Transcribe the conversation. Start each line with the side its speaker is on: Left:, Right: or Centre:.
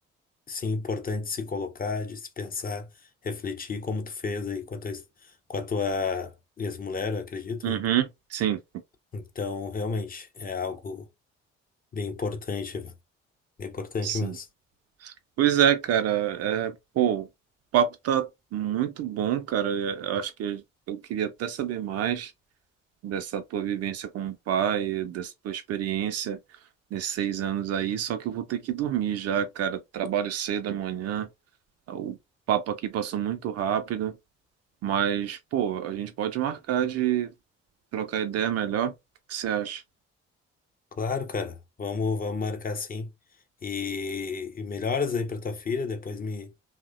Left: sim, importante de se colocar, de se pensar, refletir, como tu fez aí com a tua, com a tua ex-mulher, eu acredito,
Right: uhum,
Left: né?
Right: sim,
Left: Então, realmente, é algo bem importante, velho. bem importante
Right: sim.
Left: mesmo.
Right: Pois é, cara. É, pô, o papo tá muito bom, cara. Eu acho que eu queria até saber mais dessa tua vivência como pai, dessa tua experiência nesses seis anos aí. Só que eu vou ter que dormir já, cara. Trabalho cedo amanhã. O papo aqui passou muito rápido, mas, pô, a gente pode marcar de trocar ideia melhor. O que você acha?
Left: Claro, cara, vamos, vamos marcar sim. E, e melhoras aí pra tua filha, depois me,